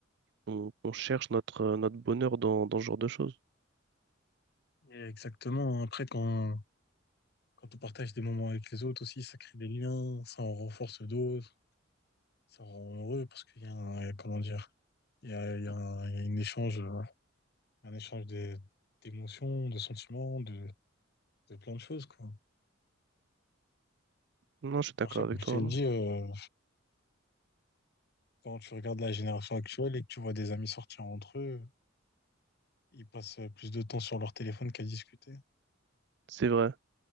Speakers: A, on the right; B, on the left.
A: on, on cherche notre, euh, notre bonheur dans, dans ce genre de choses.
B: Et Exactement. Après, quand, quand on partage des moments avec les autres aussi, ça crée des liens, ça en renforce d'autres, ça rend heureux parce qu'il y a un, comment dire, il y a, il y a un, il y a une échange, euh, un échange des- d'émotions, de sentiments, de, de plein de choses, quoi.
A: Non, je suis d'accord
B: Après,
A: avec
B: comme je
A: toi,
B: t'ai
A: non.
B: dit, euh, quand tu regardes la génération actuelle et que tu vois des amis sortir entre eux, ils passent plus de temps sur leur téléphone qu'à discuter.
A: C'est vrai,